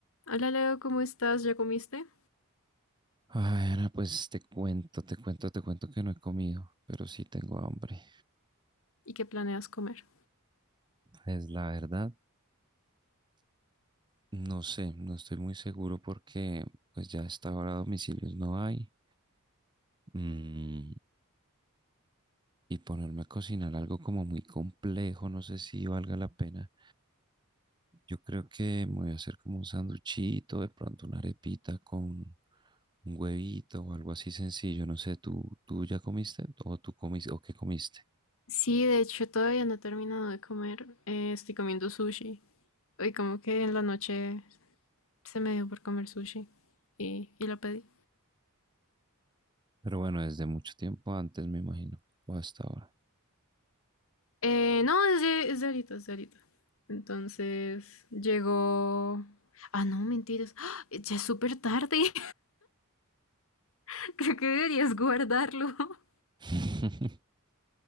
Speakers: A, on the left (about 65°); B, on the right (about 20°).
A: Hola Leo, ¿cómo estás? ¿Ya comiste?
B: Ay, Ana, pues te cuento, te cuento, te cuento que no he comido, pero sí tengo hambre.
A: ¿Y qué planeas comer?
B: Es la verdad, no sé, no estoy muy seguro porque pues ya hasta ahora domicilios no hay. Mm, y ponerme a cocinar algo como muy complejo, no sé si valga la pena. Yo creo que me voy a hacer como un sanduchito, de pronto una arepita con un huevito o algo así sencillo. No sé, ¿tú, tú ya comiste o tú comiste o qué comiste?
A: Sí, de hecho todavía no he terminado de comer. Eh, estoy comiendo sushi. Hoy como que en la noche se me dio por comer sushi y, y lo pedí.
B: Pero bueno, desde mucho tiempo antes, me imagino, o hasta ahora.
A: Eh, no, es de, es de ahorita, es de ahorita. Entonces llegó... Ah, no, mentiras. ¡Ah! Ya es súper tarde. <laughs> Creo que deberías guardarlo. <laughs>
B: <laughs>